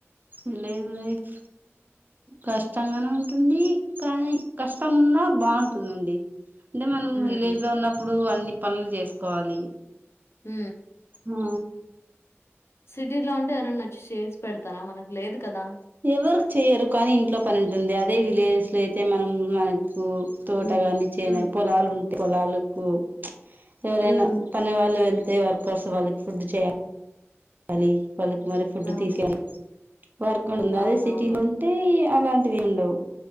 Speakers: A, on the right (about 40°); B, on the left (about 60°).
A: విలేజ్ లైఫ్ కష్టంగానే ఉంటుంది కానీ కష్టం ఉన్న ఆ బాగుంటుందండి అంటే మనం
B: ఉమ్
A: విలేజ్ లో ఉన్నప్పుడు అన్ని పనులు చేసుకోవాలి
B: ఊ
A: ఆ
B: సిటీ లో ఉంటే ఎవరైనా వచ్చి చేసి పెడతారా మనకు లేదు కదా
A: ఎవరు చెయరు కానీ ఇంట్లో పని ఉంటుంది అదే విలేజెస్ లో అయితే మనం మన తు తోటగాని
B: ఉమ్
A: చేన
B: ఉమ్
A: పొలాలు ఉంటె పొలాలకు ఎవరైనా
B: ఉమ్
A: పనే వాళ్ళు వెళ్తే వర్కర్స్ వాళ్ళకి ఫుడ్ చేయాలి లి వాళ్ళకి మరి ఫుడ్
B: అవును
A: తీసుకెళలి వర్క్ ఉంది
B: అవునవును
A: అదే సిటీలో ఉంటే అలాంటివి ఉండవు